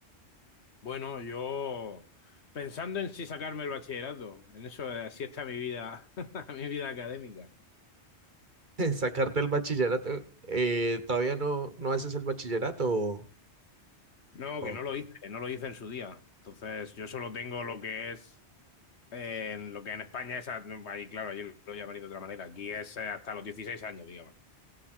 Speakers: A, on the left; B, on the right.
A: Bueno, yo pensando en si sacarme el bachillerato, en eso eh, así está mi vida, <laughs> mi vida académica.
B: <laughs> Sacarte el bachillerato. eh, ¿todavía no, no haces el bachillerato? o-
A: No,
B: o-
A: que no lo hice, no lo hice en su día. Entonces, yo solo tengo lo que es eh, en lo que en España es, a- ahí claro, allí lo llamaré de otra manera. Aquí es eh, hasta los 16 años, digamos.